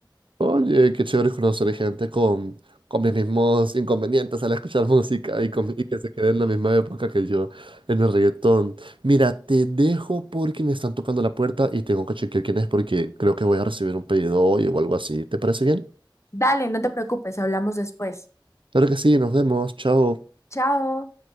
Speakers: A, on the right (about 80°); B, on the left (about 35°).
A: Oye, qué chévere es conocer gente con, con mis mismos inconvenientes al escuchar música y, con- y que se quede en la misma época que yo en el reggaetón. Mira, te dejo porque me están tocando la puerta y tengo que chequear quién es porque creo que voy a recibir un pedido hoy o algo así. ¿Te parece bien?
B: Dale, no te preocupes, hablamos después.
A: Claro que sí, nos vemos, chao.
B: Chao.